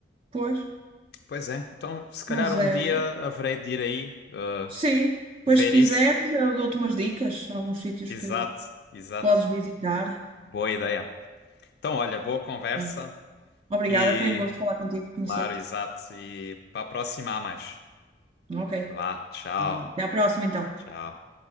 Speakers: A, on the right (about 30°); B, on the left (about 60°).
A: pois.
B: Pois é, então se calhar
A: Mas
B: um
A: é.
B: dia haverei de ir aí ah,
A: Sim, pois
B: ver
A: se quiseres,
B: isso.
A: eu dou-te umas dicas, alguns sítios
B: Exato,
A: que
B: exato.
A: podes visitar.
B: Boa ideia. Então, olha, boa conversa
A: Ah. Obrigada,
B: e,
A: foi um gosto falar contigo, conhecer-te.
B: claro, exato. E para a próxima há mais.
A: Ok.
B: Vá, tchau,
A: Tchau. Até à próxima, então.
B: tchau.